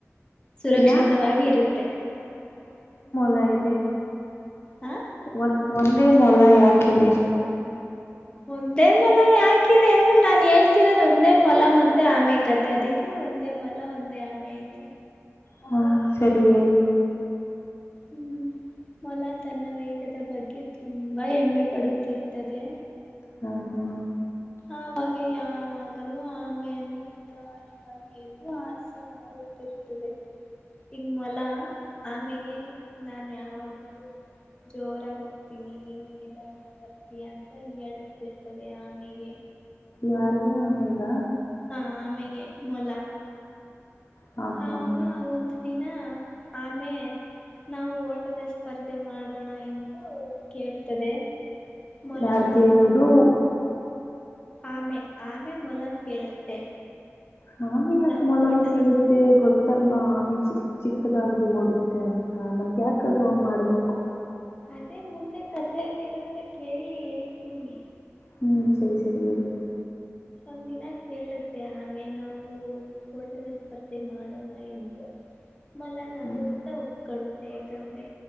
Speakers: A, on the left; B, on the left.
A: ಸುರಕ್ಷಿತವಾಗಿ
B: ಯಾಕ್
A: ಇರುತ್ತೆ
B: ಲ್ಲ ಇದೆ
A: ಹಾ
B: ಒ ಒಂದೇ ಮೊಲ ಯಾಕಿದೆ
A: ಒಂದೇ ಮೊಲ ಯಾಕಿದೆ ಅಂದ್ರೆ ನಾನ್ ಹೇಳ್ತಿರೋದು ಒಂದೇ ಮೊಲ ಮತ್ತೆ ಆಮೆ ಕತೆ ಅದಕ್ಕೆ ಒಂದೇ ಮೊಲ ಒಂದೇ ಆಮೆ ಐತಿ
B: ಹಾ ಸರಿ ಹೇಳಿ
A: ಹ್ಮ ಮೊಲ ತನ್ನ ವೇಗದ ಬಗ್ಗೆ ತುಂಬಾ ಹೆಮ್ಮೆ ಪಡುತ್ತಿತ್ತದೆ
B: ಹ್ಮ್ ಹ್ಮ್
A: ಆವಾಗ ಯಾವಾಗಲೂ ಒಮ್ಮೆಯನ್ನು ನಿಧಾನವಾಗಿ ಹಾಸೆ ಮಾಡುತ್ತಿರುತ್ತದೆ ಹಂಗ ಮೊಲ ಆಮೆಗೆ ನಾನು ಯಾವಾಗಲೂ ಜೋರಾಗಿ ಹೋಗ್ತೀನಿ ನೀನು ನಿಧಾನ ಬರ್ತಯ ಅಂತ ಹೇಳಸ್ತಿರ್ತದೆ ಆಮೇೆಗೆ
B: ಯಾರ್ಿಗೆ ಆಮೇಗ
A: ಹಾ ಆಮೆಗೆ ಮೊಲ
B: ಹಾ
A: ಆವಾಗ
B: ಹಾ
A: ಒಂದು ದಿನ ಆಮೇ ನಾವು ಓಟದ ಸ್ಪರ್ಧೆ ಮಾಡೋಣ ಎಂದು ಕೇಳ್ತದೆ ಮೊಲನೊಬ್ಬ
B: ಯಾರ್ು ಕೇಳೋದು
A: ಆಮೆ ಆಮೆ ಮೊಲನ್ ಕೇಳುತ್ತೆ
B: ನಾನ್ ಯಗಾಕ
A: ನಾವು
B: ಮೊಲನ್
A: ಓಟದ
B: ಕೇಳುತ್ತೆ ಗೊತ್ತ ಮತ್ತಲ್ವಾ ಆಮೆ ಚಿಕ್ ಚಿಕ್ಕದಾಗಿ ಓಡುತ್ತೆ ಅಂತ ಮತ್ತೆ ಯಾಕದು ಹಂಗ ಮಾಡ್ಬೇಕು
A: ಅದೇ ಮುಂದೆ ಕಥೆಯಲ್ಲಿ ಇರುತ್ತೆ ಕೇಳಿ ಹೇಳ್ತೀನಿ
B: ಹ್ಮ್ ಸರಿ ಸರಿ ಹೇಳಳಿ
A: ಒಂದಿನ ಕೇಳುತ್ತೆ ಆಮೇ ನಾವು ೋಟದ ಸ್ಪರ್ಧೆ ಮಾಡೋಣ ಎಂದು ಮೊಲ ನ
B: ಹ್ಮ್
A: ಗೊುತ್ತಾ ಒಪ್ಕಡುತ್ತೆ ಯಾಕಂದ್ರೆ